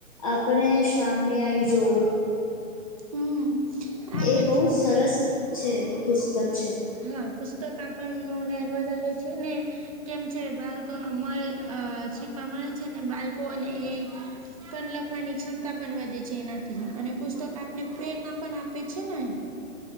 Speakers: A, on the left; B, on the right.
A: આપણે શામી આઈ જોઉં
B: હમ આ
A: એ
B: પણ
A: બહુ
B: છે
A: સરસ છે, પુસ્તક છે.
B: હા, પુસ્તક આપણનું ને, વધારે છે ને કેમ છે બાળકો મળે અ શીખવા મળે છે ને, બાળકોને એ પન લખવાની ક્ષમતા પન વધે છે એનાથી અને પુસ્તક આપને પ્રેરના પન આપે છે ને!